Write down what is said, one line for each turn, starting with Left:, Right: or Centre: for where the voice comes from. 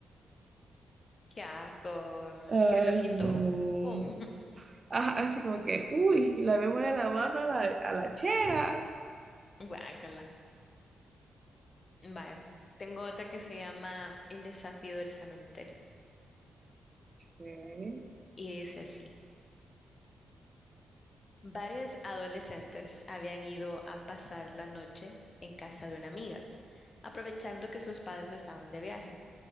Left: Qué asco.
Right: Ay,
Left: Yo lo quito.
Right: no.
Left: Pum. <laughs>
Right: Ajá, así como que, uy, la memoria de la mano a la, a la chera.
Left: Guácala. Vaya. Tengo otra que se llama El desafío del cementerio.
Right: ¿Qué?
Left: Y dice así. Varias adolescentes habían ido a pasar la noche en casa de una amiga, aprovechando que sus padres estaban de viaje.